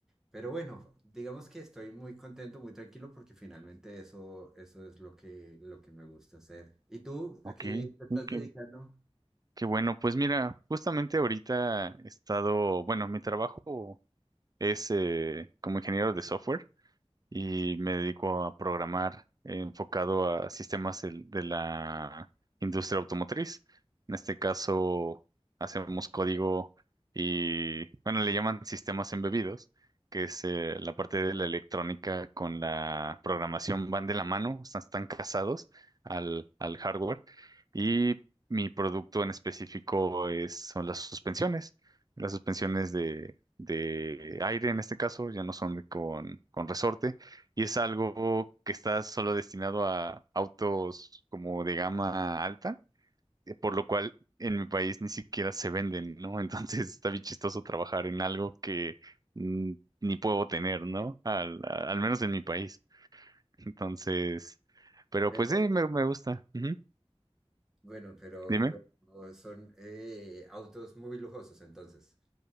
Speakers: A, in the centre; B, on the right.
A: pero bueno, digamos que estoy muy contento, muy tranquilo porque finalmente eso, eso es lo que, lo que me gusta hacer. ¿Y tú
B: Ok,
A: a qué te estás
B: ok,
A: dedicando?
B: Qué bueno, pues mira, justamente ahorita he estado, bueno, mi trabajo es eh, como ingeniero de software y me dedico a programar eh, enfocado a sistemas del- de, la industria automotriz. En este caso, hacemos código y, bueno, le llaman sistemas embebidos, que es eh, la parte de la electrónica con la programación van de la mano, están, están casados al, al hardware. Y mi producto en específico es, son las suspensiones, las suspensiones de... de aire en este caso, ya no son de- con con resorte, y es algo que está solo destinado a autos como de gama alta, eh, por lo cual en mi país ni siquiera se venden, ¿no? <laughs> Entonces está bien chistoso trabajar en algo que mm, ni puedo tener, ¿no? Al, a- al menos en mi país. Entonces, pero
A: Pero,
B: pues sí, me, me gusta. Ujú.
A: bueno, pero,
B: Dime.
A: pero son eh, autos muy lujosos entonces.